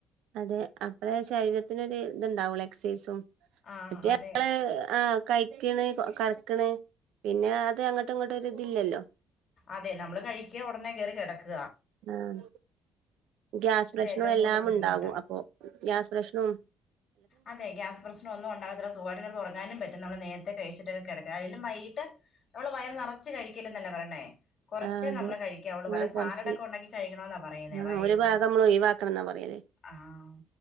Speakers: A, on the right; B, on the left.
A: അതെ അപ്പഴാ ശരീരത്തിനൊര് ഇത്ണ്ടാവുള്ളു എക്സൈസും
B: ആഹ്
A: മറ്റേ
B: അതെ
A: നമ്മള് ആഹ്. കയ്ക്ക്ണ് കടക്ക്ണ് പിന്നെ അത് അങ്ങോട്ടും ഇങ്ങോട്ടും ഒരിതില്ലല്ലോ
B: അതെ നമ്മള് കഴിക്ക ഒടനെ കേറി കെടക്ക
A: ആഹ് ഗ്യാസ് പ്രശ്നും
B: ഏറ്റവും
A: എല്ലാം
B: കൂടുതൽ ബുദ്ധിമുട്ടാ
A: ഉണ്ടാകും അപ്പൊ ഗ്യാസ് പ്രശ്നും
B: അതെ ഗ്യാസ് പ്രശ്നം ഒന്നും ഉണ്ടാകത്തില്ല സ് സുഖായിട്ട് കെടന്ന് ഒറങ്ങാനും പറ്റും നമ്മള് നേരത്തെ കഴിച്ചിട്ടൊക്കെ കെടക്കണം അതിലും വൈകിട്ട് നമ്മള് വയർ നെറച്ച് കഴിക്കല്ലെന്നല്ലേ പറെണേ കൊർച്ചേ
A: ആ അതെ
B: നമ്മള് കഴിക്കാവുള്ളു വല്ല
A: ആ കൊറച്ച്
B: സാലടൊക്കെ ഉണ്ടാക്കി കഴിക്കണംന്നാ പറയുന്നേ
A: ആ
B: വൈകുന്നേ
A: ഒരു ഭാഗം നമ്മൾ ഒഴിവാക്കണം എന്നാ പറയല്
B: ആഹ്